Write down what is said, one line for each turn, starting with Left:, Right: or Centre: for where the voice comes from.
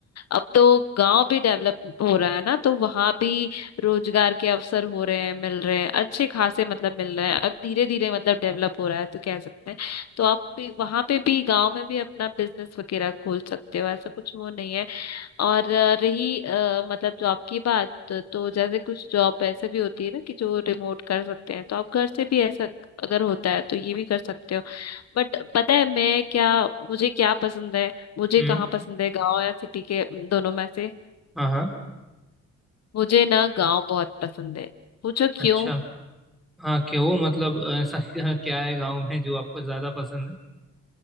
Left: अब तो गांव भी डेवलप हो रहा है ना तो वहां भी रोजगार के अवसर हो रहे हैं मिल रहे हैं अच्छे खासे मतलब मिल रहे हैं अब धीरे धीरे मतलब डेवलप हो रहा है तो कह सकते हैं तो आप भी वहां पे भी गांव में भी अपना बिजनेस वगैरह खोल सकते हो ऐसा कुछ वो नहीं है और अ, रही अ, मतलब जॉब की बात तो, तो जैसे कुछ जॉब ऐसे भी होती है ना कि जो रिमोट कर सकते हैं तो आप घर से भी ऐसा अगर होता है तो ये भी कर सकते हो बट पता है मैं क्या मुझे क्या पसंद है मुझे
Centre: हम्म
Left: कहाँ पसंद है गांव या सिटी के दोनों में से
Centre: हाँ हाँ
Left: मुझे ना गांव बहुत पसंद है पूछो
Centre: अच्छा
Left: क्यों
Centre: हाँ क्यों मतलब ऐसा <laughs> क्या क्या है गांव में जो आपको ज्यादा पसंद है